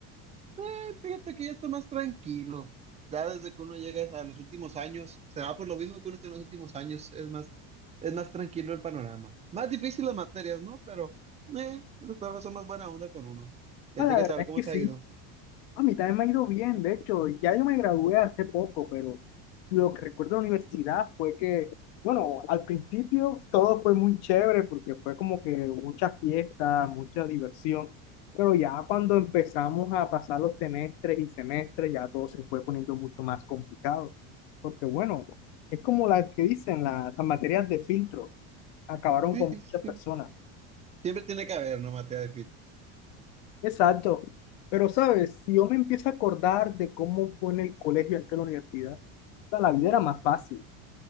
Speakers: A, on the right; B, on the left.
A: Eh, fíjate que ya está más tranquilo. Ya desde que uno llega a los últimos años, se va por lo mismo que uno está en los últimos años, es más, es más tranquilo el panorama. Más difícil las materias, ¿no? Pero eh, los profes son más buena onda con uno. ¿Y
B: Pues
A: a ti
B: la
A: qué
B: verdad
A: tal?
B: es
A: ¿Cómo
B: que
A: te
B: sí.
A: ha ido?
B: A mí también me ha ido bien, de hecho, ya yo me gradué hace poco, pero lo que recuerdo de la universidad fue que, bueno, al principio todo fue muy chévere porque fue como que muchas fiestas mucha diversión, pero ya cuando empezamos a pasar los semestres y semestres, ya todo se fue poniendo mucho más complicado, porque bueno, es como las que dicen la- las materias de filtro, acabaron
A: Sí,
B: con
A: sí,
B: muchas
A: sí.
B: personas.
A: Siempre tiene que haber, ¿no? Materia difícil.
B: Exacto. Pero, ¿sabes? Si yo me empiezo a acordar de cómo fue en el colegio antes de la universidad, o sea, la vida era más fácil.